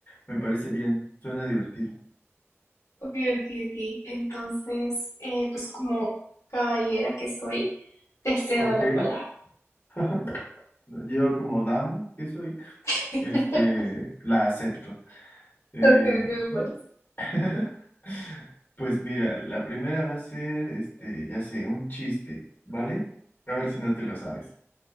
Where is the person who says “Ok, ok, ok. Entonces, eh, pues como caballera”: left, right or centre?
Left